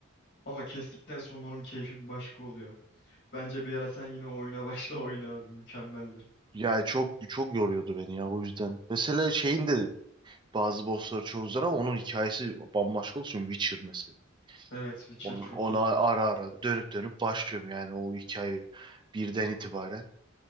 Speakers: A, on the left; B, on the right.
A: Ama kestikten sonra onun keyfi bir başka oluyor. Bence bir ara sen yine o oyuna <laughs> başla oyna abi mükemmeldir.
B: Ya çok çok yoruyordu beni ya o yüzden. Mesela şeyin de bazı bossları çok zor ama onun hikayesi bambaşka olsun. Witcher mesela.
A: Evet Witcher
B: Onu,
A: çok
B: onu
A: iyi ya.
B: ara ara dönüp dönüp başlıyorum yani o hikaye birden itibaren.